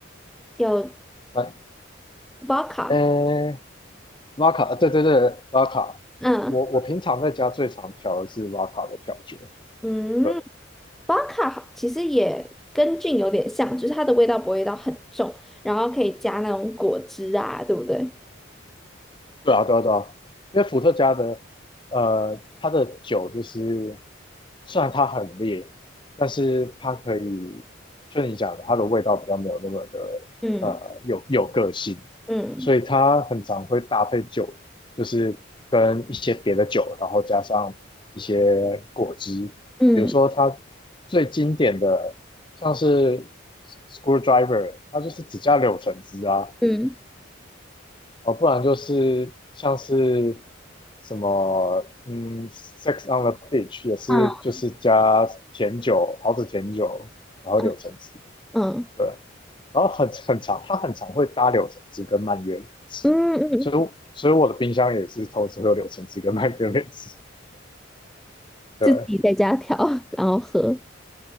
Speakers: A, in the centre; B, on the left (about 25°).
A: 有
B: 来，
A: vodka，
B: 呃，拉卡，呃对对对，拉卡。
A: 嗯，
B: 我我平常在家最常调的是拉卡的调酒，
A: 嗯
B: 对，
A: ，vodka 好其实也跟 gin 有点像，就是它的味道不会到很重，然后可以加那种果汁啊，对不对？
B: 对啊，对啊，对啊，因为伏特加的，呃，它的酒就是，虽然它很烈，但是它可以，就你讲的，它的味道比较没有那么的，
A: 嗯
B: 呃，有有个性，
A: 嗯
B: 所以它很常会搭配酒，就是跟一些别的酒，然后加上一些果汁，
A: 嗯
B: 比如说它最经典的像是 Screwdriver，它就是只加柳橙汁啊，
A: 嗯
B: 哦，不然就是像是什么，嗯，Sex on the Beach 也是就是加甜酒，
A: 嗯
B: 桃子甜酒，然后柳橙汁，
A: 嗯嗯
B: 对，然后很很长，它很常会搭柳橙汁跟蔓越莓汁，
A: 嗯，嗯
B: 所以所以我的冰箱也是同时会有柳橙汁跟蔓越莓汁，对
A: 自己在家调，然后喝。